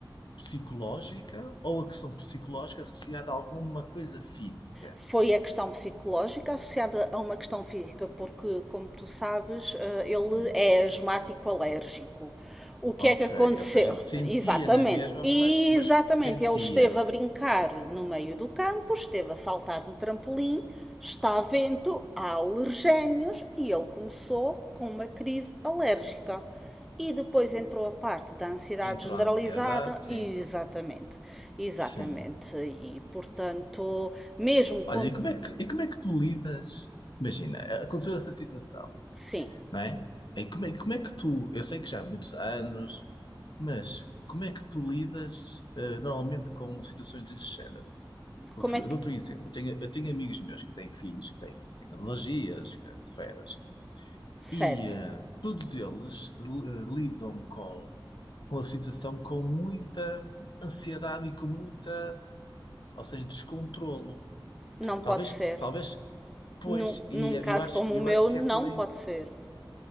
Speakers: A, on the left; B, in the centre.
A: psicológica ou a questão psicológica associada a alguma coisa física?
B: foi a questão psicológica associada a uma questão física, porque, como tu sabes, eh, ele
A: Sim.
B: é asmático alérgico. O que
A: Ok.
B: é que aconteceu?
A: Ou seja, ele sentia
B: <laughs> Exatamente.
A: na mesma,
B: exatamente,
A: mas, mas sentia.
B: ele esteve a brincar no meio do campo, esteve a saltar no trampolim, está a vento, há alergénios e ele começou com uma crise alérgica. E depois entrou a parte da ansiedade
A: Entrou
B: generalizada,
A: a ansiedade, sim.
B: e exatamente, exatamente.
A: Sim.
B: E portanto, mesmo com.
A: Olha, e como é que, e como é que tu lidas? Imagina, aconteceu essa situação.
B: Sim,
A: não é? Aí como é, como é que tu, eu sei que já há muitos anos, mas como é que tu lidas eh, normalmente com situações desse género? Porque
B: como é
A: eu
B: que.
A: dou-te um exemplo, eu tenho, eu tenho amigos meus que têm filhos que têm, que têm alergias eh, severas e
B: Certo,
A: eh, todos eles eh, lidam com, com a situação com muita ansiedade e com muita, ou seja, descontrolo.
B: não pode
A: Talvez,
B: ser.
A: talvez, pois,
B: Num,
A: e
B: num caso
A: é, eu acho,
B: como
A: eu
B: o meu,
A: acho que
B: não
A: é por aí.
B: pode ser.